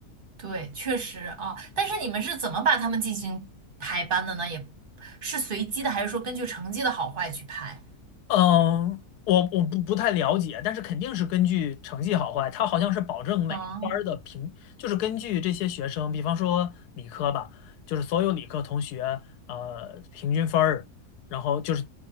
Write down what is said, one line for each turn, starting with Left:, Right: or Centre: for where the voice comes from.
Right: 对，确实啊，但是你们是怎么把他们进行排班的呢？也是随机的，还是说根据成绩的好坏去排？
Left: 嗯，我我不不太了解，但是肯定是根据成绩好坏，它好像是保证每个班儿的平，
Right: 啊，
Left: 就是根据这些学生，比方说理科吧，就是所有理科同学呃平均分儿，然后就是